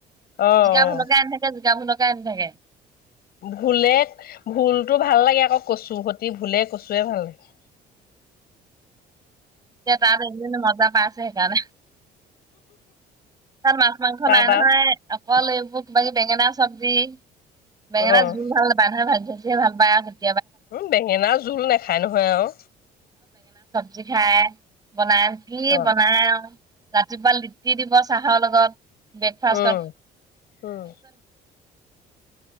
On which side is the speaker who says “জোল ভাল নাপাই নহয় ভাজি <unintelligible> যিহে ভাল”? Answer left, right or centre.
Right